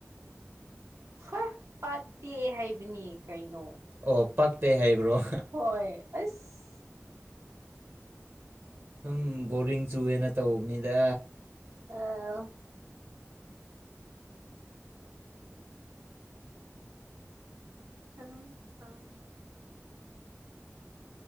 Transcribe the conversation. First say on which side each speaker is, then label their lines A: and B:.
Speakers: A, on the right; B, on the right.
A: ꯍ ꯄꯥꯠꯇꯦ ꯍꯥꯏꯕꯅꯤ ꯀꯩꯅꯣ
B: ꯑꯣ ꯄꯛꯇꯦ ꯍꯥꯏꯕ꯭ꯔꯣ
A: ꯍꯣꯏ ꯑꯁ
B: ꯁꯨꯝ ꯕꯣꯔꯤꯡ ꯆꯨꯑꯦꯅ ꯇꯧꯕꯅꯤꯗ
A: ꯑ <unintelligible>